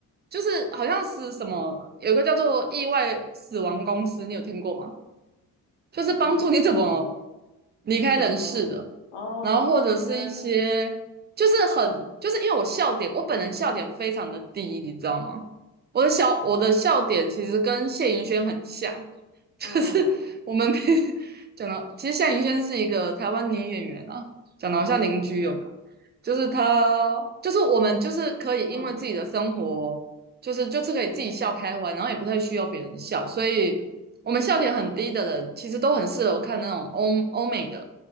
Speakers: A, on the right; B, on the left.
A: 就是好像是什么，有个叫做《意外死亡公司》，你有听过吗？就是帮助你怎么
B: 啊，
A: 离开人世的，
B: 嗯，哦，
A: 然后或者是一些就是很就是因为我笑点，
B: 应该，
A: 我本人笑点非常的低，你知道吗？我的笑我的笑点其实跟谢盈萱很像，<laughs> 就是我们平
B: 嗯
A: <laughs> 讲到，其实夏银轩是一个台湾女演员啊，讲的好像邻居有没有？
B: 嗯
A: 就是她，就是我们，就是可以因为自己的生活，
B: 嗯，
A: 就是就是可以自己笑开怀，然后也不太需要别人笑，所以我们笑点很低的人，其实都很适合看那种欧欧美的